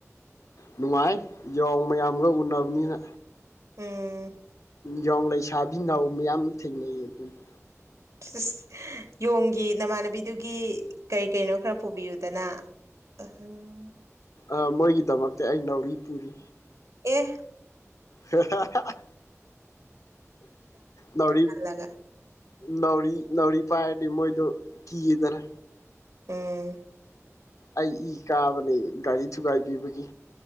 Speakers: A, on the left; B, on the right.
A: ꯅꯨꯡꯉꯥꯏ ꯌꯣꯡ ꯃꯌꯥꯝꯒ ꯎꯅꯕꯅꯤꯅ
B: ꯎꯝ
A: ꯌꯣꯡꯂꯩꯁꯕꯤꯅꯥꯎ ꯃꯌꯥꯝ ꯊꯦꯡꯅꯩ ꯑꯗꯨꯒꯤ
B: ꯁꯤꯁ ꯌꯣꯡꯒꯤ ꯅꯃꯥꯟꯅꯕꯤꯗꯨꯒꯤ ꯀꯩ ꯀꯩꯅꯣ ꯈꯔ ꯄꯨꯕꯤꯌꯨꯗꯅ ꯑꯍꯝ
A: ꯑꯥ ꯃꯣꯏꯒꯤꯗꯃꯛꯇ ꯑꯩ ꯅꯥꯎꯔꯤ ꯄꯨꯔꯤ
B: ꯑꯦ
A: ꯍꯦꯍꯥꯍꯥꯍꯥ ꯅꯥꯎꯔꯤ
B: ꯆꯥꯜꯂꯒ
A: ꯅꯥꯎꯔꯤ ꯅꯥꯎꯔꯤ ꯄꯥꯏꯔꯗꯤ ꯃꯣꯏꯗꯣ ꯀꯤꯌꯦꯗꯅ
B: ꯎꯝ
A: ꯑꯩ ꯏ ꯀꯕꯅꯦ ꯒꯥꯔꯤ ꯊꯨꯒꯥꯏꯕꯤꯕꯒꯤ